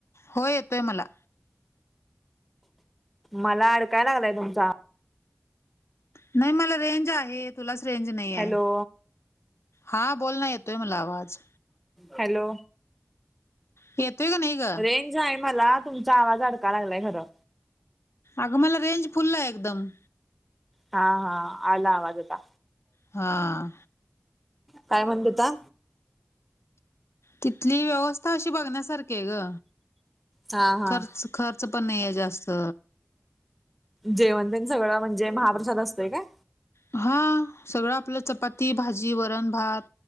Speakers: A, on the left (about 80°); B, in the centre.
A: होय, येतोय मला.
B: मला अडकायला लागलाय तुमचा आ
A: नाही मला रेंज आहे. तुलाच रेंज नाहीये.
B: हॅलो
A: हा, बोलना येतोय मला आवाज.
B: हॅलो!
A: येतोय का नाही? ग
B: रेंज आहे मला तुमचा आवाज अडका लागलाय खरं.
A: अगं मला रेंज फुल आहे एकदम.
B: हा हा आला आवाज आता.
A: हा
B: काय म्हणत होता?
A: तिथली व्यवस्था अशी बघण्यासारखी आहे ग.
B: हा, हा.
A: खर्च खर्च पण नाहीये जास्त
B: जेवण तेन सगळं म्हणजे महाप्रसाद असतेय काय?
A: हा सगळं आपलं चपाती, भाजी, वरण, भात